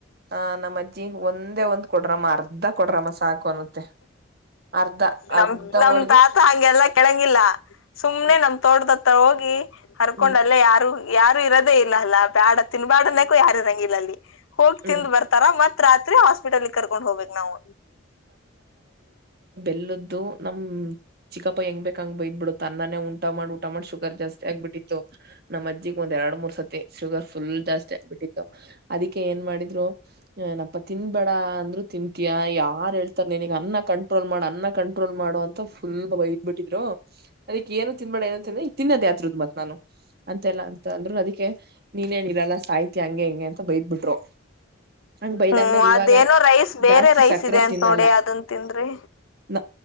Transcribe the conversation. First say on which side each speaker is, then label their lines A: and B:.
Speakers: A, on the right; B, on the left.
A: ಅ ನಮ್ಮ್ ಅಜ್ಜಿ ಒಂದೇ ಒಂದ್ ಕೊಡ್ರಮ್ಮ ಅರ್ಧ ಕೊಡ್ರಮ್ಮ ಸಾಕು ಅನತ್ತೆ. ಅರ್ಧ
B: ನಮ್
A: ಅರ್ಧ
B: ನಮ್
A: ಹೋಳ್ಗೆ.
B: ತಾತ ಹಂಗೆಲ್ಲಾ ಕೇಳಂಗಿಲ್ಲ ಸುಮ್ನೆ
A: ಹ್ಮ್
B: ನಮ್ ತೋಟದ ಹತ್ರ ಹೋಗಿ ಹರ್ಕೊಂಡಲ್ಲ
A: ಹ್ಮ್
B: ಯಾರು ಯಾರು ಇರೋದೇ ಇಲ್ಲ ಅಲ್ಲ ಬ್ಯಾಡ ತಿನ್ಬ್ಯಾಡನಕು ಯಾರ ಇರಂಗ ಇಲ್ಲ ಅಲ್ಲಿ ಹೋಗಿ
A: ಹ್ಮ್
B: ತಿಂದ್ ಬರ್ತಾರ ಮತ್ತ್ ರಾತ್ರಿ ಹಾಸ್ಪಿಟಲ್ಗೆ ಕರ್ಕೊಂಡ್ ಹೋಗಬೇಕು ನಾವು.
A: ಎಲ್ಲ ನಮ್ ಚಿಕ್ಕಪ್ಪ ಹೆಂಗ್ ಬೇಕಂಗ ಬೈ ಇದ್ ಬಿಡುತ್ತೆ ಅನ್ನಾನೇ ಊಟಾ ಮಾಡ್ ಊಟಾ ಮಾಡಿ ಶುಗರ್ ಜಾಸ್ತಿ ಜ ಆಗ್ಬಿಟ್ಟಿತ್ತು ನಮ್ಮ ಅಜ್ಜಿಗೆ ಒಂದ ಎರಡ್ ಮೂರ್ ಸತಿ ಶುಗರ್ ಫುಲ್ ಜಾಸ್ತಿ ಆಗ್ಬಿಟ್ಟಿತ್ತು ಅದಕ್ಕೆ ಏನ್ ಮಾಡಿದ್ರುಏನಪ್ಪಾ ತಿನ್ಬೇಡ ಅಂದ್ರು ತಿಂತಯ ಯಾರ್ ಹೇಳ್ ನಾನು ಅನ್ನ ಕಂಟ್ರೋಲ್ ಮಾಡೋಣ ಅಣ ಕಂಟ್ರೋಲ್ ಮಾಡ ಅಂತ ಫುಲ್ ಬೈ್ ಬಿಟ್ಟಿದ್ರು ಅದಕ್ಕೆ ಏನ ತಿನ್ಬೇಡ ಏನಂತ್ರ ಈ ತಿನ್ನದ ಆದ ಮತ್ತೆ ನಾನು ಅಂತೆಲ್ಲಾ ಅಂತ ಅಂದ್ರರು ಅದಕ್ಕೆ ನೀನ್ನ್ ಇರಲ್ಲ ಸಾಹಿತಿ ಹಂಗೆ ಹೆಂಗೆ ಅಂತ ಬೈದ್ಬ ಬಿಟ್ಟು ಅಂಡ್ ಬೈತಾದ್ಮೇಲೆ
B: ಹ್ಮ್ ಅದೇನೋ
A: ಇವಾಗ
B: ರೈಸ್ ಬೇರೆ
A: ಜಾಸ್ತಿ
B: ರೈಸ್
A: ಸ ಕ್ರೆ
B: ಇದೆ ಅಂತ
A: ತಿನ್ನಲ್ಲ
B: ನೋಡಿ ಅದನ್ ತಿಂದ್ರಿ
A: ಹ